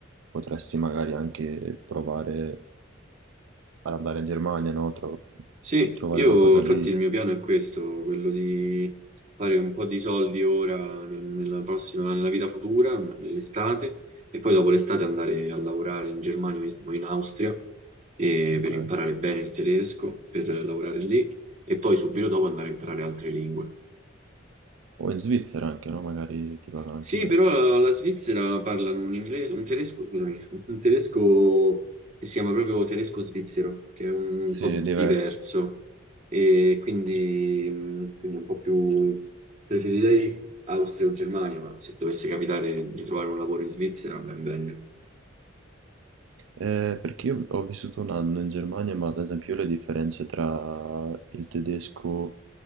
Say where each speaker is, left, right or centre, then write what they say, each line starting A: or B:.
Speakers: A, on the right (about 80°); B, on the right (about 35°).
A: potresti magari anche provare ad andare in Germania, no? Tro-
B: Sì,
A: trovare
B: io
A: qualcosa
B: infatti
A: lì,
B: il mio piano è questo, quello di fare un po' di soldi ora nel- nella prossima, nella vita futura, m- nell'estate, e poi dopo l'estate andare a lavorare in Germania o in o in Austria e-
A: ok?
B: per imparare bene il tedesco, per lavorare lì, e poi subito dopo andare a imparare altre lingue.
A: O in Svizzera anche, no? Magari ti pagano
B: Sì,
A: anche meglio.
B: però la Svizzera parlano un inglese, un tedesco, scusami, un tedesco che si chiama proprio tedesco svizzero, che è un
A: Sì,
B: po'
A: è diverso.
B: diverso e quindi, mh, quindi è un po' più preferirei Austria o Germania, ma se dovesse capitare di trovare un lavoro in Svizzera, ben venga.
A: Ehm, perché io ho vissuto un anno in Germania, ma ad esempio io le differenze tra il tedesco,